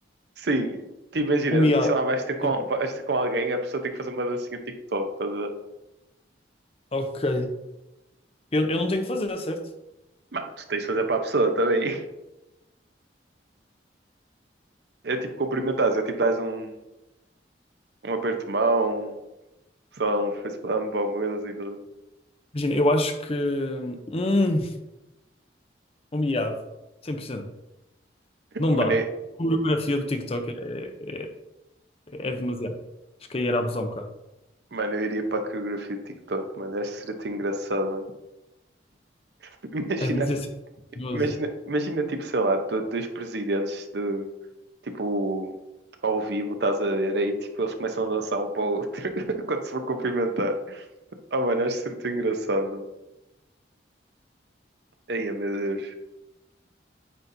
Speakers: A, on the right; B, on the left.
A: Sim, te imagina,
B: O miado.
A: sei lá, vais ter com,
B: Tipo,
A: vais ter com alguém, a pessoa tem que fazer uma dancinha de TikTok toda.
B: Ok. Eu, eu não tenho que fazer, certo?
A: Mas tu tens de fazer para a pessoa também. É tipo cumprimentares, é tipo dás um, um aperto de mão, sei lá, um face bump ou alguma coisa assim toda.
B: Imagina, eu acho que. Hum, o miado. cem por cento Não
A: Mano,
B: dá.
A: é-
B: A coreografia do TikTok é, é, é demasiado. Acho que aí era abusar um bocado.
A: mano, eu iria para a coreografia de TikTok, mano, acho que seria tão engraçado, mano. <laughs> Imagina,
B: É demasiado perigoso.
A: imagina, imagina tipo, sei lá, do- dois presidentes de, tipo, ao vivo, estás a ver, aí tipo, eles começam a dançar um para o outro <laughs> quando se vão cumprimentar. Oh, mano, acho que seria tão engraçado, mano. Ai, meu Deus.